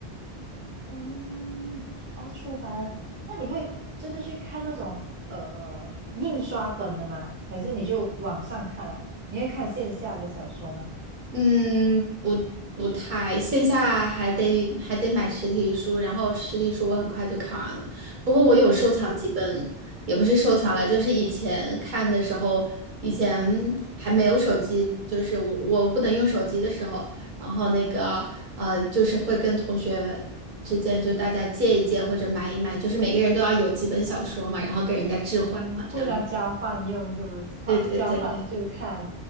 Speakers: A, on the right; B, on the right.
A: 嗯，哦，出版，那你会就是去看那种呃印刷本的吗？还是你就网上看啊？你会看线下的小说吗？
B: 嗯，不不太，线下还得还得买实体书，然后实体书我很快就看完了。不过我有收藏几本，也不是收藏了，就是以前看的时候，以前还没有手机，就是我我不能用手机的时候，然后那个呃，就是会跟同学之间就大家借一借或者买一买，就是每个人都要有几本小说嘛，然后跟人家置换嘛，
A: 哦，
B: 这样。
A: 互相交换用是不是？换交换就是看
B: 对对对对，